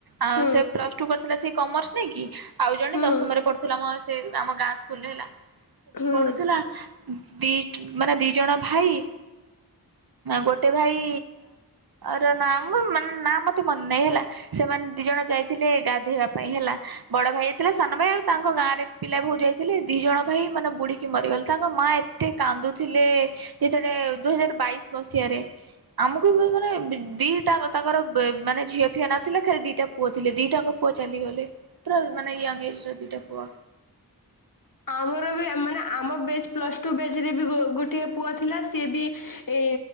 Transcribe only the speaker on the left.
ହୁଁ
ହୁଁ
ହୁଁ।
ଆମର ବି ମାନେ ଆମ ବେଚ୍ ପ୍ଲସ ଟୁ ବେଚ୍ ରେ ବି ଗୋଟେ ପୁଅ ଥିଲା ସିଏ ବି ଏ